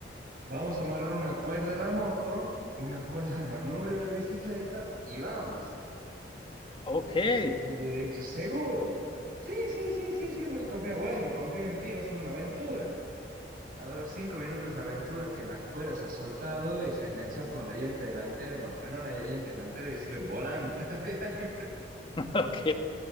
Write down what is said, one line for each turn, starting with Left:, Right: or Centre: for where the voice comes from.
Right: vamos a amarrar una cuerda a la moto, una cuerda al manubrio de la bicicleta y vamos.
Left: Ok. <laughs>
Right: Y yo le he dicho, ¿seguro? Sí, sí, sí, sí, sí, vos confía, bueno, confío en ti, va a ser una aventura. Duró cinco minutos la aventura que la cuerda se ha soltado y se enganchó con la llanta delantera y me frenó la llanta delantera y estoy volando para allá. <laughs>
Left: Ok.